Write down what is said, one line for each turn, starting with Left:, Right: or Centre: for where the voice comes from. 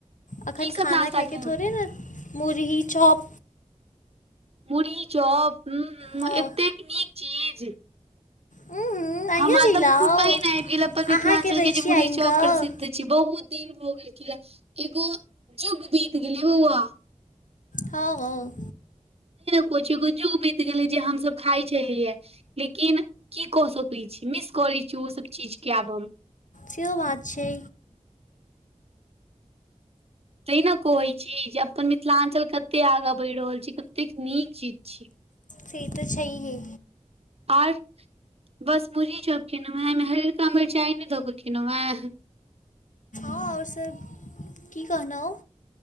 Left: अखन
Right: की
Left: खाना
Right: सब नाश्ता
Left: खााय के
Right: केलहुँ
Left: थोड़े ने मुरही चॉप
Right: मुी चौप ह
Left: हँ
Right: एतेक नीक चीज
Left: उम्म, अहियो
Right: हमरा
Left: जिलाउ
Right: तऽ मुह में पहिन आबि गेल अपन मिथिलाञ्चल
Left: अहाँके दै
Right: के जे
Left: छी
Right: मुुरी
Left: आनि
Right: चौप
Left: कऽ
Right: प्रसिद्ध छी बहुत दिन भ गेलखिन एगो जुग बीत गेलै बौआ
Left: हँ हँ
Right: कछु एगो जुग बीत गेलै जे हमस खाइ छलिये लेकिन की कऽ सकैत छी मिस करैत छी ओसभ चीज के आब हम
Left: सेहो बात छै
Right: तैं ने कहै छी जे अपन मिथिलाञ्चल कते आगाँ बढ़ि रहल छी कतेक नीक चीज छी
Left: से तऽ छैये
Right: आ ओर बस मुरही च कनहुँ हँ हरियरका मिरचाइ नहि दऽ कऽ कनहुँ हँ
Left: हँ आ ओर सर की कहना ओ